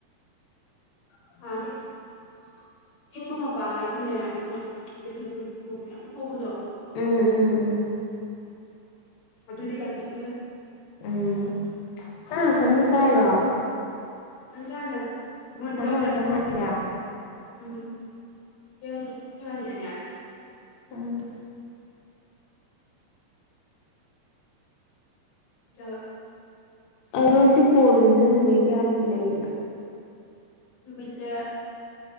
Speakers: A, on the left; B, on the left.
A: <unintelligible>
B: ꯁꯥꯅꯤ ꯏꯪꯕ ꯃꯄꯥ ꯍꯥꯏꯒꯅꯦ ꯕꯤꯁꯅꯨꯄꯨꯔꯒꯤ ꯎ ꯃꯌꯥꯝ ꯍꯧꯕꯗꯣ
A: ꯎꯝ ꯎꯝ ꯎꯝ
B: ꯑꯗꯨꯗꯤ ꯌꯥꯝ ꯏꯪꯉꯦ
A: ꯎꯝ ꯅꯪ ꯅꯊꯟꯗ ꯆꯥꯏꯔꯣ
B: ꯊꯟꯆꯥꯏꯅꯦ ꯃꯣꯏꯗꯣ
A: ꯄꯩꯁꯥ
B: ꯑꯩꯅ
A: ꯈꯛꯇ ꯉꯥꯏꯔ
B: ꯎꯝ ꯊꯦꯡꯁꯨ ꯊꯦꯡꯉꯅꯤꯅꯦ
A: ꯎꯝ
B: ꯗꯥ
A: ꯑꯗꯣ ꯁꯤ ꯀꯣꯜꯒꯤꯁꯤꯅ ꯅꯨꯃꯤꯠ ꯀꯌꯥꯅꯤ ꯂꯩꯔꯤꯅꯣ
B: ꯅꯨꯃꯤꯠꯁꯦ